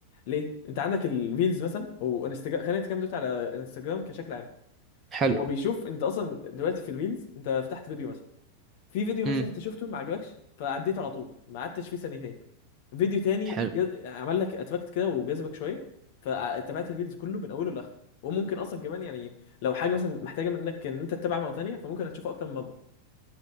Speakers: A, on the left (about 50°); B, on the right (about 25°).
A: ليه انت عندك الريلز مثلا او انستجرام خلينا نتكلم دلوقتي على انستجرام كشكل عام
B: حلو
A: هو بيشوف انت اصلا دلوقتي في الريلز انت فتحت فيديو مثلا في فيديو مثلا
B: امم
A: انت شفته ما عجبكش فعديته على طول ما قعدتش فيه ثانيتين فيديو تاني
B: حلو
A: ج- عمل لك اتفكت كده وجذبك شويه فتابعت الفيديو كله من اوله لاخره وممكن اصلا كمان يعني لو حاجه مثلا محتاجه منك ان انت تتابع مره تانيه فممكن هتشوفها اكتر من مره